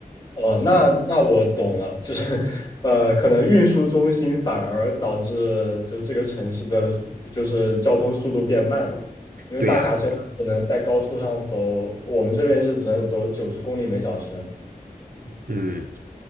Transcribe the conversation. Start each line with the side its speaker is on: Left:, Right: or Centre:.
Left: 哦，那那我懂了，就是 <laughs> 呃，可能运输中心反而导致就是这个城市的就是交通速度变慢了，因为大卡车它只能在高速上走，
Right: 对呀，对呀，
Left: 我们这边是只能走九十公里每小时。
Right: 嗯